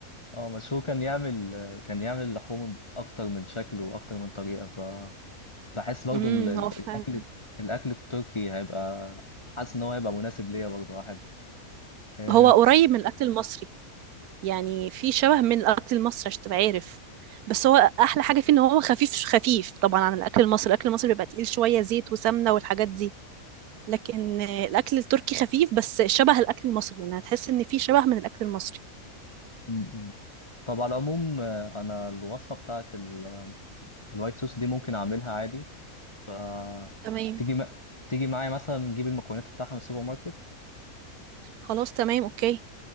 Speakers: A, on the left (about 20°); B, on the right (about 85°).
A: اه بس هو كان يعمل كان يعمل اللحوم اكتر من شكل واكتر من طريقه فبحس برضو
B: امم
A: ال- ال-
B: هو فعلا
A: الاكل الاكل التركي هيبقى حاسس ان هو هيبقى مناسب ليا برضو احب آه،
B: هو قريب من الأكل المصري يعني في شبه من الأكل المصري عشان تبقى عارف بس هو أحلى حاجة فيه إن هو خفيف خفيف طبعا عن الأكل المصري الأكل المصري بيبقى تقيل شوية زيت وسمنة والحاجات دي لكن آه، الاكل التركي خفيف بس شبه الاكل المصري يعني هتحس ان في شبه من الاكل المصري
A: م- م. طب على العموم آه، انا الوصفه بتاعت ال- الوايت صوص دي ممكن اعملها عادي ف
B: تمام
A: تيجي م... تيجي معايا مثلا نجيب المكونات بتاعها من السوبر ماركت
B: خلاص تمام اوكي